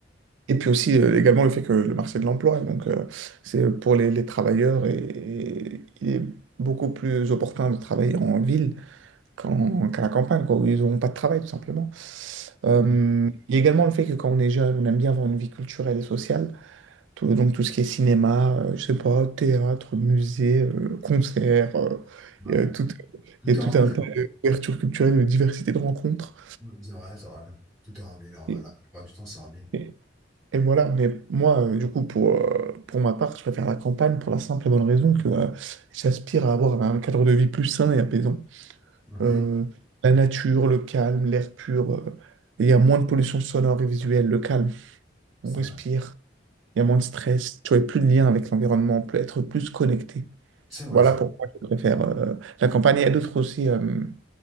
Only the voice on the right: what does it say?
Et puis aussi, euh, également, le fait que le marché de l'emploi, donc, euh, c'est pour les, les travailleurs, et, et il est beaucoup plus opportun de travailler en ville qu'en- qu'à la campagne, quoi, où ils n'auront pas de travail, tout simplement. Euh,
il y a également le fait que quand on est jeune, on aime bien avoir une vie culturelle et sociale. Tout- donc tout ce qui est cinéma, euh, je sais pas, théâtre, musée, euh, concert, euh,
il y a tout,
il y
a tout
un tas d'ouvertures culturelles, de diversité de rencontres.
Et,
et- et voilà, mais moi, euh, du coup, pour, euh, pour ma part, je préfère la campagne pour la simple et bonne raison que euh, j'aspire à avoir un cadre de vie plus sain et apaisant.
Euh, la nature, le calme, l'air pur. euh, il y a moins de pollution sonore et visuelle, le calme.
On respire.
Il y a moins de stress. Tu as plus de lien avec l'environnement. On peut être plus connecté.
Voilà
pourquoi je préfère euh, la campagne. Il y a d'autres aussi euh,